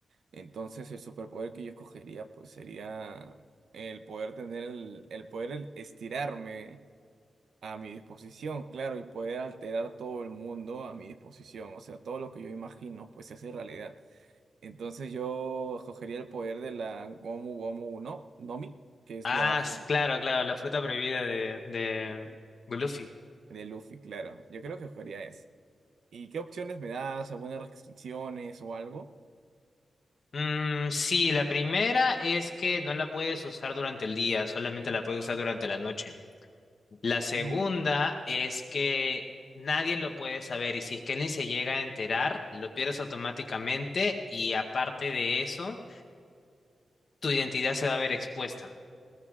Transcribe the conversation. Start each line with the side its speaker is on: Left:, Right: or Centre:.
Right: Entonces el superpoder que yo escogería pues sería el poder tener el, el poder el- estirarme a mi disposición, claro, y poder alterar todo el mundo a mi disposición, o sea, todo lo que yo imagino pues se hace realidad. Entonces yo escogería el poder de la Gomu Gomu no, Nomi, que es
Left: Ah,
Right: la forma
Left: s- claro, claro, la fruta prohibida de, de,
Right: de
Left: de Luffy.
Right: Luffy, claro. Yo creo que escogería eso. ¿Y qué opciones me das? ¿Algunas restricciones o algo?
Left: Mm, sí, la primera es que no la puedes usar durante el día, solamente la puedes usar durante la noche. La segunda
Right: Mm.
Left: es que nadie lo puede saber y si es que alguien se llega a enterar, lo pierdes automáticamente y aparte de eso, tu identidad se va a ver expuesta.